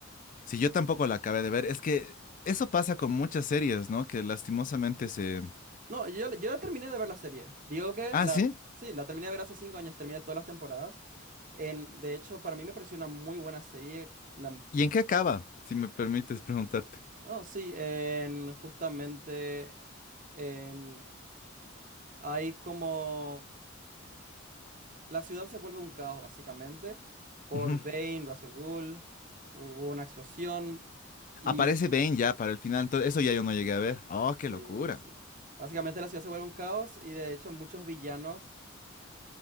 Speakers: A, on the left; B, on the right.
A: Sí, yo tampoco la acabé de ver. Es que eso pasa con muchas series, ¿no? Que lastimosamente se.
B: No, yo, yo ya terminé de ver la serie. Digo que
A: Ah,
B: la,
A: sí.
B: sí, la terminé de ver hace cinco años, terminé todas las temporadas. En, de hecho, para mí me pareció una muy buena serie. La, m-
A: ¿Y en qué acaba? Si me permites preguntarte.
B: no, sí, en, justamente en, hay como... La ciudad se vuelve un caos, básicamente, por
A: Ujú.
B: Bane, Russell Gould, hubo una explosión y...
A: Aparece Bane ya para el final. Entonces, eso ya
B: Sí,
A: yo no llegué a ver. Oh, qué
B: sí,
A: locura.
B: sí. Básicamente la ciudad se vuelve un caos y de hecho muchos villanos